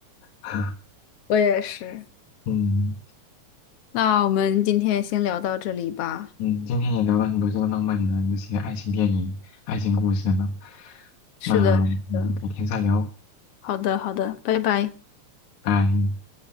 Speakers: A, on the left; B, on the left.
A: <laughs>
B: <laughs> 我也是。
A: 嗯
B: 那我们今天先聊到这里吧。
A: 嗯，今天也聊了很多这个浪漫的那些爱情电影、爱情故事呢，
B: 是的，
A: 那我们改天再聊，
B: 是的。好的，好的，拜拜。
A: 拜。